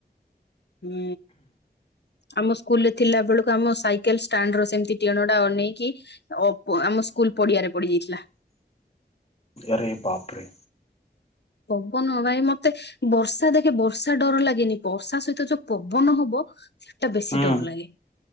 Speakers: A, on the left; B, on the left.
A: ହୁଁ। ଆମ ସ୍କୁଲ୍ ରେ ଥିଲା ବେଳକୁ ଆମ ସାଇକେଲ ଷ୍ଟାଣ୍ଡ୍ ର ସେମିତି ଟିଣ ଟା ଅନେଇକି ଅ ପୁ ଆମ ସ୍କୁଲ୍ ପଡ଼ିଆରେ ପଡ଼ି ଯାଇଥିଲା।
B: ଏରେ ବାପରେ।
A: ହବ ନୁଅଁ ଭାଇ ମତେ ବର୍ଷା ଦେଖେ ବର୍ଷା ଡ଼ର ଲାଗେନି ବର୍ଷା ସହିତ ଯୋଉ ପବନ ହବ ସେଟା ବେଶୀ
B: ହୁଁ
A: ଡ଼ର ଲାଗେ।